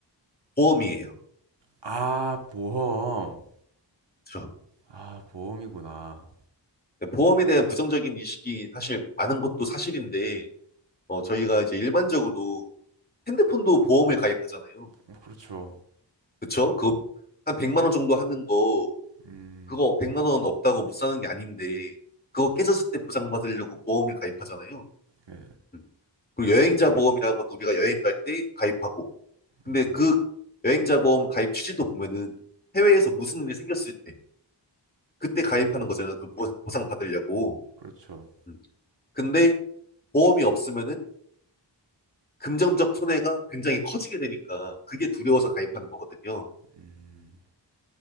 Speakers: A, on the left; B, on the right.
A: 보험이에요.
B: 아, 보험.
A: 그렇죠?
B: 아, 보험이구나.
A: 네, 보험에 대한 부정적인 인식이 사실 많은 것도 사실인데 어, 저희가 이제 일반적으로 핸드폰도 보험을 가입하잖아요.
B: 어, 그렇죠.
A: 그쵸? 그거 한 100만 원 정도 하는 거
B: 음,
A: 그거 100만 원 없다고 못 사는 게 아닌데 그거 깨졌을 때 보상받으려고 보험을 가입하잖아요.
B: 네.
A: 음. 그리고 여행자 보험이라는 것도 우리가 여행 갈 때 가입하고 근데
B: 음,
A: 그 여행자 보험 가입 취지도 보면은 해외에서 무슨 일이 생겼을 때 그때 가입하는 거잖아요. 그 보- 보상 받으려고.
B: 그렇죠.
A: 음. 근데 보험이 없으면은 금전적 손해가 굉장히 커지게 되니까 그게 두려워서 가입하는 거거든요.
B: 음,